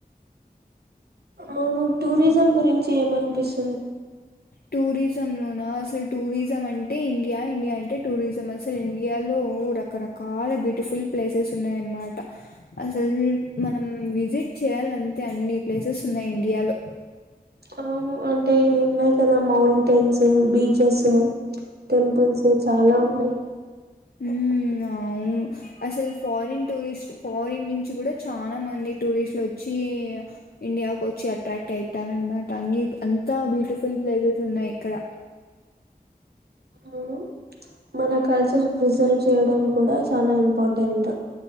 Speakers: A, on the right; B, on the left.
A: ను్వు టూరిజం గురించి ఏమనిపిస్తు
B: టూరిజం లో నా అసలు టూరిజం అంటే ఇండియా ఇండియా అంటే టూరిజం టూరిసం అంటే ఇండియా ఇండియా అంటే టూరిసం అసలు ఇండియాలో రకరకాల బ్యూటిఫుల్ ప్లేసెస్ ఉన్నాయ అన్నమాట అసలు మనం విజిట్ చేయాలంటే అన్ని ప్లేసెస్ ఉన్నాయి ఇండియాలో
A: అవును అంటే ఇవి ఉన్నాయి కదా మౌంటైన్స్ బీచెస్ టెంపుల్స్ చాలా ఉన్నాయి్
B: హ అవును అసలు ఫారిన్ టూరిస్ట్ ఫారిన్ నుంచి కూడా చాలా మంది టూరిస్ట్లు వచ్చి ఇండియాకు వచ్చి అట్రాక్ట్ అవుతార అనమాట అ అంతా బ్యూటిఫుల్ ప్లేసెస్ ఉన్నాయి ఇక్కడ
A: అ మన కల్చర్ ప్రిజర్వ్ చేయడం కూడా చాలా ఇంపార్టెంట్